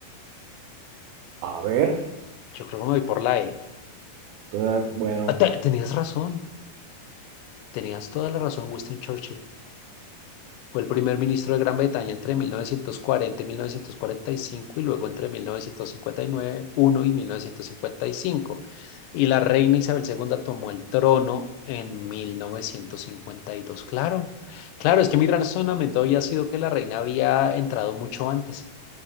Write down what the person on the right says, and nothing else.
a ver,
toda- bueno,